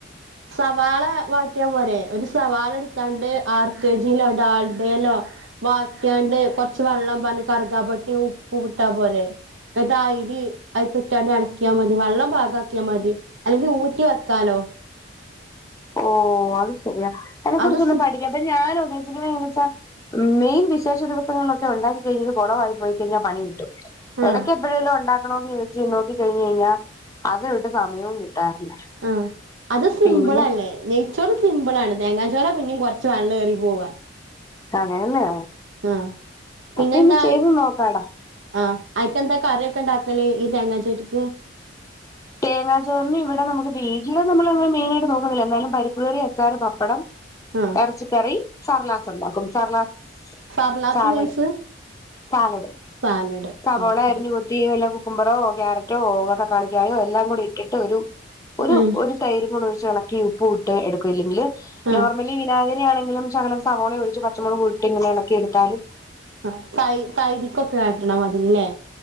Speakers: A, on the right; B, on the left.
A: സവാള വാട്ടിയ പോരെ ഒരു സവാള എടുത്താണ്ട് ആർക്കേജിലോ ഡാൾഡയിലോ- വാട്ടിയാണ്ട് കൊറച്ച് വെള്ളം പറഞ്ഞ കറുക്കപ്പട്ടയും ഉപ്പും ഇട്ടാ പോരേ- എന്നിട്ട് അയിന് അയിനിക്കിട്ട് അങ്ങ് ഇളക്കിയാ മതി വെള്ളം പാകാക്കിയാൽ മതി. അല്ലെങ്കിൽ ഊറ്റിവയ്ക്കാലോ -
B: ഓഹ് അത് ശരിയാ അതിനെ കുറിച്ച്
A: അത്
B: ഒന്ന്
A: സു
B: പഠിക്കാൻ അപ്പോ ഞാൻ ഉദ്ദേശിക്കണേ എന്നുവച്ചാ- മെയിൻ വിശേഷദിവസങ്ങളിലൊക്കെ ഒണ്ടാക്കി കഴിഞ്ഞത് കൊളവായി പോയി കഴിഞ്ഞാൽ പണി കിട്ടും.
A: ആ
B: ഇടയ്ക്ക് എപ്പോഴെങ്കിലും ഉണ്ടാക്കണോന്ന് ചോദിച്ച് നോക്കി കഴിഞ്ഞ് കഴിഞ്ഞാൽ അതിനോട്ട് സമയവും കിട്ടാറില്ല.
A: ആഹ് അത് സിമ്പിൾ
B: പിന്നെ
A: അല്ലേ നെയ്ച്ചോറ് സിമ്പിൾ ആണ് തേങ്ങാച്ചോറ് പി- പിന്നെ കൊറച്ച് വെള്ളം കയറി പോവാ-
B: അതെയല്ലേ
A: ആഹ് പിന്നെന്താ
B: അപ്പോ ഇനി ചെയ്ത് നോക്കാടാ
A: ആഹ് അയിക്കെന്താ കറിയൊക്കെ ഇണ്ടാക്കൽ ഈ തേങ്ങാച്ചോറിക്ക്-
B: തേങ്ങാ ചോറിന് ഇവിടെ നമുക്ക് വീട്ടിൽ നമ്മള് അങ്ങനെ മെയിനായിയിട്ട് നോക്കുന്നില്ല എന്നാലും പരിപ്പ് കയറി അച്ചാറ് പപ്പടം-
A: ആഹാ
B: ഇറച്ചിക്കറി സർലാസ് ഒണ്ടാക്കും. സർലാസ്
A: സർലാസ്
B: സാലഡ്
A: മീൻസ്
B: സാലഡ്
A: സാലഡ്
B: സവാള
A: ഓക്കെ
B: അരിഞ്ഞു കൊട് - തീവല്ല കുക്കുംബറോ കാരറ്റോ <unintelligible> തകാളിക്കായോ എല്ലാം കൂടിഇട്ടിട്ട് ഒരുഒരു
A: ഉം
B: ഒ തൈുരുംകൂടെ ഒഴിച്ചു എളക്കി ഉപ്പും അല്ലെങ്കില്
A: ആഹ്
B: നോർമലി വിനാ അങ്ങനെയാണെങ്കിലും ശകലം സവാള ഒഴിച്ചു പച്ചമുളകുംയിട്ട് ഇങ്ങനെ എളക്കിഎടുത്താലും-
A: ആഹ് തൈ തൈരിക്കൊക്കെ ആക്കണ മാതിരിയില്ലേ